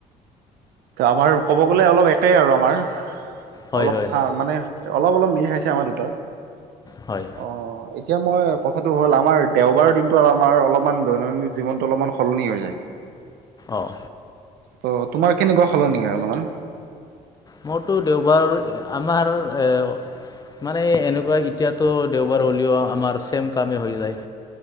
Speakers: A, on the right (about 70°); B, on the left (about 25°).
A: আমাৰ ক'ব গ'লে অলপ একেই আৰু আমাৰ
B: হয়
A: অলপ
B: হয়
A: খা মানে অলপ অলপ মিল খাইছে আমাৰ দুটাৰ
B: হয়।
A: অ এতিয়া মই কথাটো হ'ল আমাৰ দেওবাৰৰ দিনটো আমাৰ অলপমান দৈনন্দিন জীৱনটো অলপমান সলনি হৈ যায়।
B: অঁ
A: ত তোমাৰ কেনেকুৱা সলনি হয় অলপমান?
B: মোৰতো দেওবাৰ আমাৰ এ মানে এনেকুৱা এতিয়াতো দেওবাৰ হ'লেও আমাৰ ছেম কামেই হৈ যায়।